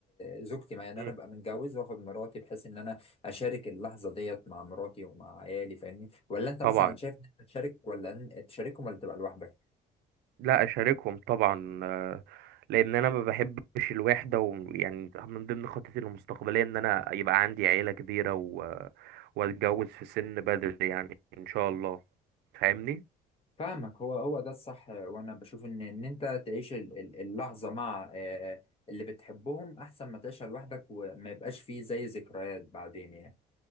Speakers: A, on the left; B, on the right.
A: آه، زوجتي معايا ان
B: مم.
A: انا ابقى متجوز واخد مراتي بحيث ان انا اشارك اللحظه ديت مع مراتي ومع عيالي فاهمني ولا انت
B: طبعا
A: مثلا شايف ان انت تشارك ولا إن- تشاركهم ولا تبقى لوحدك
B: لا اشاركهم طبعا آه، لان انا ما بحبش الوحده ويعني من ضمن خطتي المستقبليه ان انا يبقى عندي عيله كبيره و... آه، واتجوز في سن بدري يعني ان شاء الله فاهمني
A: فاهمك هو هو ده الصح وانا بشوف ان ان انت تعيش ال- ال- اللحظه مع آه، اللي بتحبهم احسن ما تعيشها لوحدك وما يبقاش فيه زي ذكريات بعدين يعني